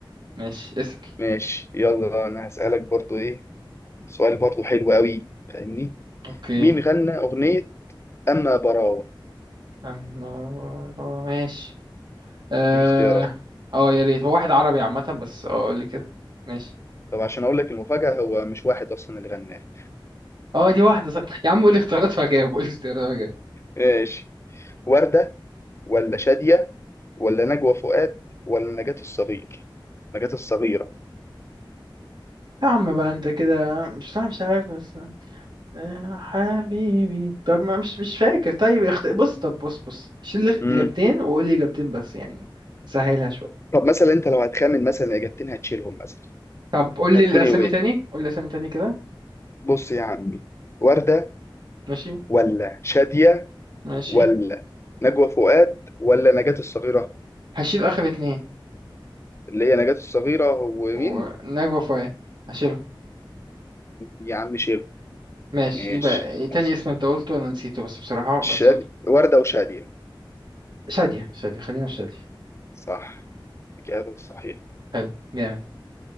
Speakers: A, on the right (about 60°); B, on the left (about 30°).
A: ماشي اسأل
B: ماشي يلا أنا هسألك برضو إيه سؤال برضو حلو قوي فاهمني
A: اوكي
B: مين غنى أغنية أما براوة
A: عمارة ماشي اه
B: دي اختيارات
A: اه يا ريت هو واحد عربي عامة بس اه قول لي كده ماشي
B: طب عشان أقول لك المفاجأة هو مش واحد أصلا اللي غناها
A: اه دي واحدة صح. يا عم قول لي اختيارات وهجاوب قول لي اختيارات وهجاوب
B: ماشي وردة ولا شادية ولا نجوى فؤاد ولا نجاة الصغير نجاة الصغيرة
A: يا عم بقى انت كده مش مش عارف بس يا حبيبي طب ما مش مش فاكر طيب اخت... بص طب بص بص شيل لي
B: امم
A: اجابتين وقول لي اجابتين بس يعني سهلها شويه
B: طب مثلا انت لو هتخمن مثلا اجابتين هتشيلهم مثلا
A: طب قول
B: هتكون
A: لي الأسامي
B: ايه وين
A: تاني قول لي الأسامي تاني كده
B: بص يا عمي وردة
A: ماشي
B: ولا شادية
A: ماشي
B: ولا نجوى فؤاد ولا نجاة الصغيرة
A: هشيل آخر اتنين
B: اللي هي نجاة الصغيرة هو
A: و-
B: مين
A: نجوى فؤاد هشيلهم
B: يا عم شيله
A: ماشي
B: ماشي
A: يبقى إيه تاني
B: بس
A: اسم انت قلته انا نسيته بس بصراحة
B: شاد...
A: بس قلت-
B: وردة وشادية
A: شادية شادية خلينا في شادية
B: صح إجابة صحيحة
A: حلو جامد